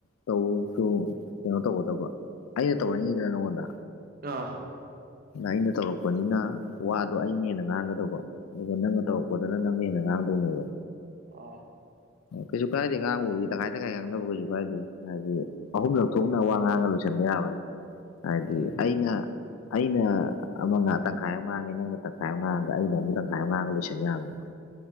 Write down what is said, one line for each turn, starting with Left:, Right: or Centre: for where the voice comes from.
Left: ꯇꯧꯁꯨ ꯀꯩꯅꯣ ꯇꯧꯒꯗꯕ꯫ ꯑꯩꯅ ꯇꯧꯔꯅꯤꯗꯅ ꯅꯪꯉꯣꯟꯗ꯫
Right: ꯑ꯫
Left: ꯑꯩꯅ ꯇꯧꯔꯛꯄꯅꯤꯅ ꯋꯥꯗꯣ ꯑꯩꯅ ꯍꯦꯟꯅ ꯉꯥꯡꯒꯗꯧꯕ꯫ ꯑꯗꯨꯒ ꯅꯪꯅ ꯇꯧꯔꯛꯄꯗꯅ ꯅꯪꯅ ꯍꯦꯟꯅ ꯉꯥꯡꯗꯧꯅꯦꯕ꯫
Right: ꯑ꯫
Left: ꯀꯩꯁꯨ ꯀꯥꯏꯗꯦ ꯑꯉꯥꯡꯕꯕꯨꯗꯤ ꯇꯪꯈꯥꯏ ꯇꯪꯈꯥꯏ ꯉꯥꯡꯅꯕ ꯀꯩꯁꯨ ꯀꯥꯏꯗꯦ ꯍꯥꯏꯗꯤ꯫ ꯑꯍꯨꯝꯂꯛ ꯊꯣꯛꯅ ꯋꯥ ꯉꯥꯡꯒ ꯂꯣꯏꯁꯤꯟꯕ ꯌꯥꯕꯅꯦ ꯍꯥꯏꯗꯤ
Right: ꯎꯝ
Left: ꯑꯩꯅ꯫ ꯑꯩꯅ ꯑꯃ ꯇꯪꯈꯥꯏ ꯑꯃ ꯉꯥꯡꯉꯦ ꯅꯪꯅ ꯇꯪꯈꯥꯏ ꯑꯃ ꯉꯥꯡꯉꯒ ꯑꯩꯅ ꯑꯃꯨꯛ ꯇꯪꯈꯥꯏ ꯑꯃꯨꯛ ꯇꯪꯈꯏ ꯉꯥꯡꯉꯒ ꯂꯣꯏꯁꯟꯕ ꯌꯥꯕꯅꯤꯕ꯫